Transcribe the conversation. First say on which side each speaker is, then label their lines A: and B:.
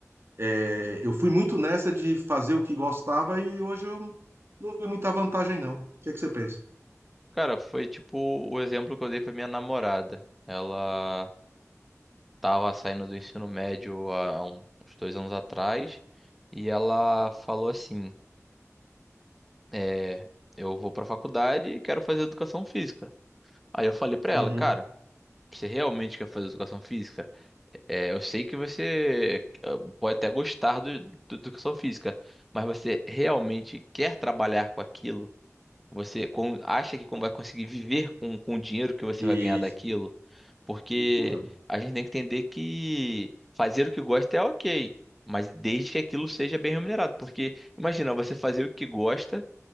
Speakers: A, on the right; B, in the centre.
A: Eh, eu fui muito nessa de fazer o que gostava e hoje eu não vi muita vantagem, não. O que é que você pensa?
B: Cara, foi tipo o exemplo que eu dei para minha namorada. Ela tava saindo do ensino médio há um- uns dois anos atrás e ela falou assim: é, eu vou para faculdade e quero fazer educação física. Aí eu falei para
A: Uhum.
B: ela, cara. Você realmente quer fazer educação física? É, eu sei que você eh, pode até gostar do, do educação física, mas você realmente quer trabalhar com aquilo? Você con- acha que con- vai conseguir viver com, com o dinheiro que você
A: Isso,
B: vai ganhar daquilo? Porque
A: isso mesmo.
B: a gente tem que entender que fazer o que gosta é ok, mas desde que aquilo seja bem remunerado. Porque imagina você fazer o que gosta